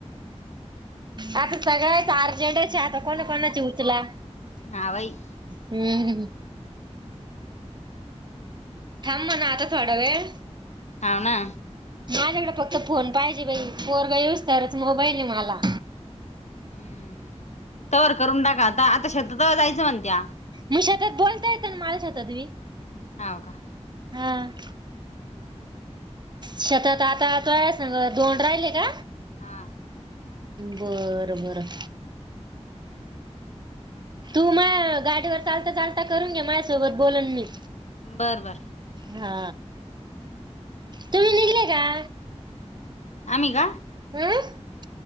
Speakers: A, on the right; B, on the left.
A: आता सगळ्याच अर्जंटचे आता कोणा कोणाचे उचला
B: ना बाई..
A: हम्.... थांब म्हणा आता थोडा वेळ.
B: हव ना...
A: माझ्याकडे फक्त फोन पाहिजे बाई पोरग येऊस तरच मोबाईल आहे मला.
B: हम्म तवर करून टाका आता आता शेतात जायचं म्हणत्या-
A: मी शेतात बोलता येत ना मला शेतात बि-
B: हव का...
A: हां...
B: हम्म...
A: शेतात आता आताय सांग दोन राहिले का?
B: हा...
A: बरं बरं... तू ना गाडीवर चालता चालता करून घे माझ्या सोबत बोलन मी-
B: बर बर...
A: हा तुम्ही निघले का?
B: आम्ही का?
A: <unintelligible>